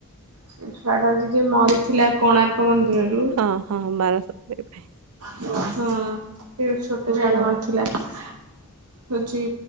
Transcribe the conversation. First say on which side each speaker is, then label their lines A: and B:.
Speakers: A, on the right (about 85°); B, on the right (about 70°).
A: ସେ ଛୁଆ ଟା ହଉଛି ଯ ମରିଥିଲା କୋଣାର୍କ ମନ୍ଦିରରେ।
B: ହଁ ହଁ ବାରଶରୀ ପାଇଁ।
A: ହଁ ସେଇ ଗୋଟେ ଛୋଟ ଛୁଆ ଟେ ମାରିଥିଲା ହୋଉଛି